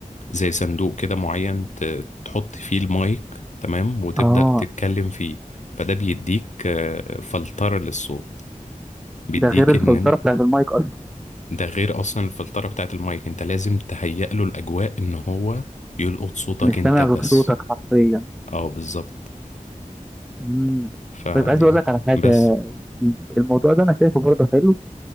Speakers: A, on the left; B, in the centre.
A: زي صندوق كده معين ت- تحط فيه المايك تمام وتبدأ
B: اه
A: تتكلم فيه فده بيديك آه، فلترة للصوت بيديك
B: ده غير الفلترة
A: ان إن-
B: بتاعت المايك اصلا
A: ده غير اصلا الفلترة بتاعت المايك انت لازم تهيئ له الاجواء ان هو يلقط صوتك
B: مش سامع
A: انت بس
B: غير صوتك حرفيا
A: اه بالظبط
B: امم
A: فدي
B: طيب عايز اقول
A: يعني.
B: لك على حاجة
A: بس
B: الموضوع ده انا شايفه برضه حلو